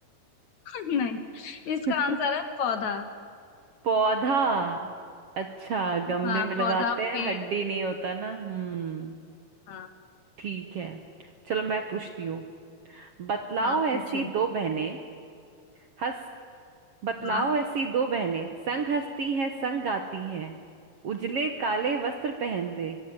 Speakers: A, on the left (about 60°); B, on the right (about 60°).
A: <laughs> नहीं इसका
B: <laughs>
A: आंसर है पौधा
B: पौधा अच्छा गमले
A: हाँ
B: में लगाते
A: पौधा
B: हैं
A: पेड़
B: हड्डी नहीं होता ना हम्म
A: हाँ
B: ठीक है चलो मैं पूछती हूँ बतलाओ
A: हाँ
B: ऐसी
A: पूछो
B: दो बहनें हंस बतलाओ
A: हाँ
B: ऐसी दो बहनें संग हंसती हैं संग गाती हैं उजले काले वस्त्र पहनते